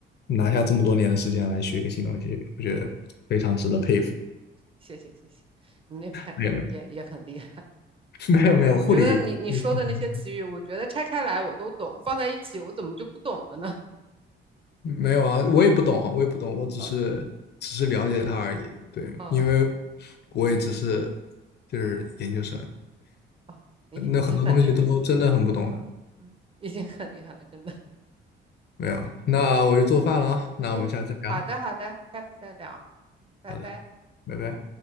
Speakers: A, on the left; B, on the right.
A: 拿下这么多年的时间来学一个新东西，我觉得非常值得佩服。
B: 谢谢谢谢，你那边也也很厉害。
A: 没有，<laughs> 没有，没有，
B: 我我觉得你你说的那些词语，
A: 没有护理嗯
B: 我觉得拆开来我都懂，放在一起我怎么就不懂了呢？
A: 没有啊，我也不懂啊，我也不懂，
B: <laughs>
A: 我只是只是了解它而已。
B: 哦
A: 对，
B: 哦哦
A: 因为我也只是就是研究生，
B: 哦，已已经很厉害了
A: 那很多东西都真的很不懂的。
B: 嗯，已经很厉害了，真的。
A: 没有，那我去做饭了啊，那我们下次再聊。
B: 嗯，好的好的，下次再聊，嗯拜拜。
A: 好的，拜拜。